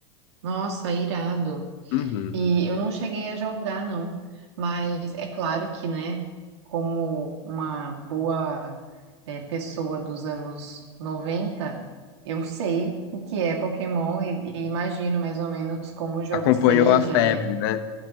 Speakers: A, on the right; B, on the left.
A: Nossa, irado.
B: Uhum.
A: E eu não cheguei a jogar, não. Mas é claro que, né, como uma boa, eh, pessoa dos anos noventa eu sei o que é Pokémon e, e imagino mais ou menos como o jogo
B: Acompanhou
A: seja,
B: a febre,
A: né?
B: né?